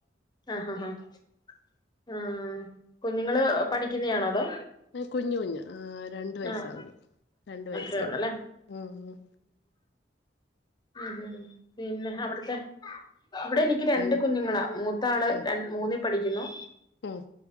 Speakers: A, on the left; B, on the left.
A: ആഹ് ആഹ് കുഞ്ഞുങ്ങള് പഠിക്കുന്നാണോ അതോ
B: ഞൻ കുഞ്ഞഞ് കുഞ്ഞ് രണ്ട വയസ്
A: ആഹ്
B: രണ്ട വയസേ
A: അത്രേ ഉള്ളല്ലേ
B: ഉള്ളു ഉം ഉം
A: ഉം പിന്നെ അവിടുത്തെ ഇവിടെ എനിക്ക് രണ്ട്
B: കുഞ്ഞ്
A: കുഞ്ഞുങ്ങളാ മൂത്താള്
B: ഉം
A: ര മൂന്നിൽ പഠിക്കുന്നു
B: ഉം